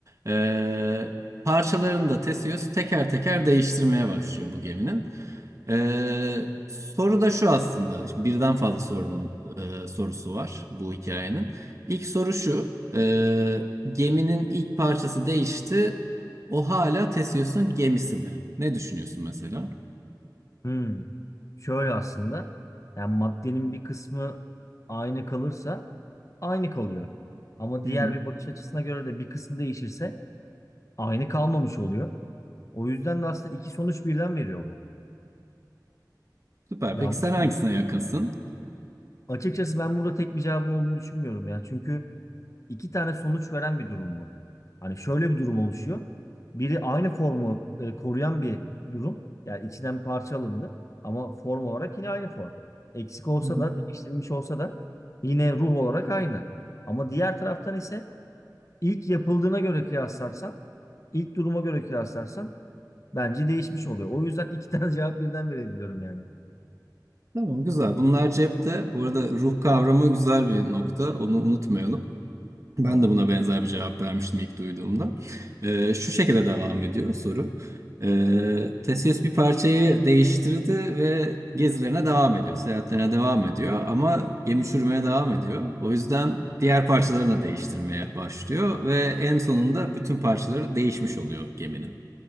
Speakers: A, on the right (about 45°); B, on the left (about 45°).
A: E, Parçalarını da Theseus teker teker değiştirmeye başlıyor bu geminin. Ee, soru da şu aslında. Şimdi birden fazla sorunun e, sorusu var bu hikayenin. İlk soru şu. e, geminin ilk parçası değişti. O hala Theseus'un gemisi mi? Ne düşünüyorsun mesela?
B: Hmm. Şöyle aslında yani maddenin bir kısmı aynı kalırsa aynı kalıyor. Ama diğer
A: Hı hı.
B: bir bakış açısına göre de bir kısmı değişirse aynı kalmamış oluyor. O yüzden de aslında iki sonuç birden veriyor bu.
A: Süper.
B: Yanlış
A: Peki sen hangisine
B: mı?
A: yakınsın?
B: Açıkçası ben burada tek bir cevabın olduğunu düşünmüyorum ya. Çünkü iki tane sonuç veren bir durum bu. Hani şöyle bir durum oluşuyor. Biri aynı formu e, koruyan bir durum. Yani içinden parça alındı. Ama form olarak yine aynı form. Eksik olsa
A: Hı hı.
B: da değiştirilmiş olsa da yine ruh olarak aynı. Ama diğer taraftan ise ilk yapıldığına göre kıyaslarsan, ilk duruma göre kıyaslarsan bence değişmiş oluyor. O yüzden iki tane <laughs> cevap birden verebiliyorum yani.
A: Tamam güzel. Bunlar cepte. Bu arada ruh kavramı güzel bir nokta. Onu unutmayalım. Ben
B: Tamam.
A: de buna benzer bir cevap vermiştim ilk duyduğumda. Ee, şu şekilde devam ediyor soru. Ee, Theseus bir parçayı değiştirdi ve gezilerine devam ediyor, seyahatlerine devam ediyor ama gemi çürümeye devam ediyor. O yüzden diğer parçalarını da değiştirmeye başlıyor ve en sonunda bütün parçaları değişmiş oluyor geminin.